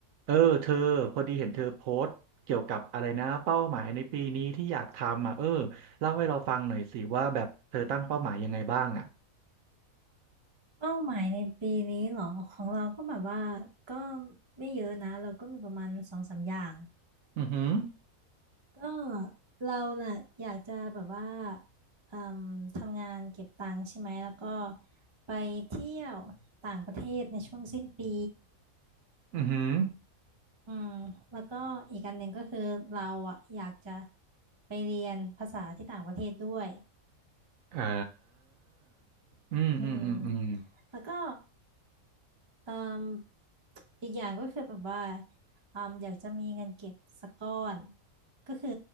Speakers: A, on the right; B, on the right.
A: เออเธอพอดีเห็นเธอโพสต์เกี่ยวกับอะไรนะเป้าหมายในปีนี้ที่อยากทำอ่ะเออเล่าให้เราฟังหน่อยสิว่าแบบเธอตั้งเป้าหมายยังไงบ้างอ่ะ
B: เป้าหมายในปีนี้เหรอของเราก็แบบว่าก็ไม่เยอะนะเราก็มีประมาณสองสามอย่าง
A: อือหือ
B: ก็เราน่ะอยากจะแบบว่าเอ่มทำงานเก็บตังค์ใช่ไหมแล้วก็ไปเที่ยวต่างประเทศในช่วงสิ้นปี
A: อือหือ
B: อืมแล้วก็อีกอันหนึ่งก็คือเราอ่ะอยากจะไปเรียนภาษาที่ต่างประเทศด้วย
A: อ่าอืมอืมอืมอืม
B: อืมแล้วก็ เอ่มอีกอย่างก็คือแบบว่าอืมอยากจะมีเงินเก็บสักก้อนก็คือ